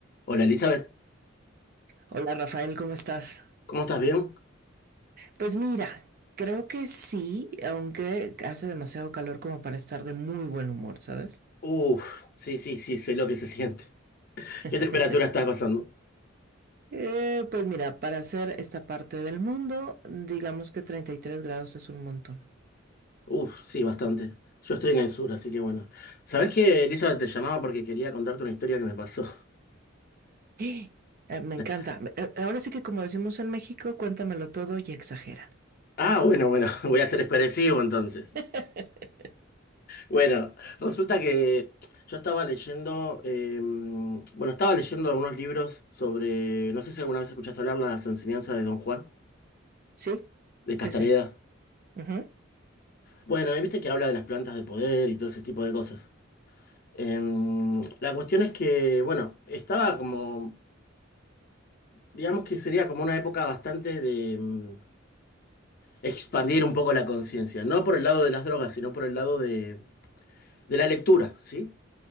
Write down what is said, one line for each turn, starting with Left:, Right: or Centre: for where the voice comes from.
Left: Hola Elizabeth,
Right: Hola Rafael, ¿cómo estás?
Left: ¿cómo estás? ¿Bien?
Right: Pues mira, creo que sí, aunque hace demasiado calor como para estar de muy buen humor, ¿sabes?
Left: Uf, sí, sí, sí, sé lo que se siente.
Right: <laughs>
Left: ¿Qué temperatura está pasando?
Right: Eh, pues mira, para hacer esta parte del mundo, digamos que 33 grados es un montón.
Left: Uf, sí, bastante. Yo estoy en el sur, así que bueno. ¿Sabés qué, Elizabeth? Te llamaba porque quería contarte una historia que me pasó.
Right: <gasps> Eh, me
Left: <laughs>
Right: encanta. Eh, Ahora sí que como decimos en México, cuéntamelo todo y exagera.
Left: Ah, bueno, bueno, <laughs> voy a ser expresivo entonces.
Right: <laughs>
Left: Bueno, resulta que yo estaba leyendo, eh, bueno, estaba leyendo algunos libros sobre, no sé si alguna vez escuchaste hablar las enseñanzas de Don Juan,
Right: Sí,
Left: de Castaneda.
Right: sí, sí. Ujú.
Left: Bueno, y viste que habla de las plantas de poder y todo ese tipo de cosas. Em, la cuestión es que, bueno, estaba como, digamos que sería como una época bastante de em, expandir un poco la conciencia, no por el lado de las drogas, sino por el lado de, de la lectura, ¿sí?